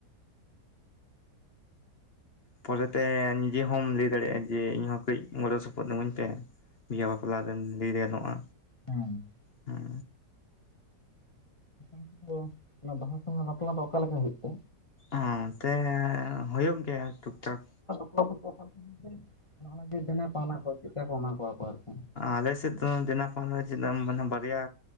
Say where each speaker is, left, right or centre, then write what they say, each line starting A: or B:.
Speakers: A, on the left (about 45°); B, on the left (about 20°).
A: ᱯᱚᱨᱮᱛᱮ ᱱᱤᱡᱮ ᱦᱚᱢ ᱞᱮ ᱫᱟᱲᱮᱭᱟᱜᱼᱟ ᱡᱮ ᱤᱧᱦᱚᱸ ᱠᱟᱹᱡ ᱜᱚᱲᱚ ᱥᱚᱯᱚᱦᱚᱫ ᱤᱢᱟᱹᱧ ᱯᱮ ᱵᱤᱦᱟᱹ ᱵᱟᱯᱞᱟ ᱨᱮᱢ ᱞᱮ ᱜᱟᱱᱚᱜᱼᱟ
B: ᱦᱩᱸ
A: ᱦᱮᱸ
B: <inaudible> ᱚᱱᱟ ᱵᱟᱦᱟ ᱥᱟᱦᱟ ᱵᱟᱯᱞᱟ ᱫᱚ ᱚᱠᱟ ᱞᱮᱠᱟ ᱦᱳᱭᱳᱜ ᱛᱮ
A: ᱚᱱᱛᱮ ᱦᱳᱭᱳᱜ ᱜᱮᱭᱟ ᱴᱩᱠ ᱴᱟᱠ
B: <inaudible> ᱫᱮᱱᱟ ᱯᱟᱣᱱᱟ ᱠᱚ ᱪᱮᱫᱠᱟ ᱠᱚ ᱮᱢᱟ ᱠᱚᱣᱟ ᱠᱚ ᱟᱨᱠᱤ
A: ᱟᱞᱮᱥ ᱫᱚ ᱫᱮᱱᱟ ᱯᱟᱣᱱᱟ <inaudible> ᱵᱟᱨᱭᱟ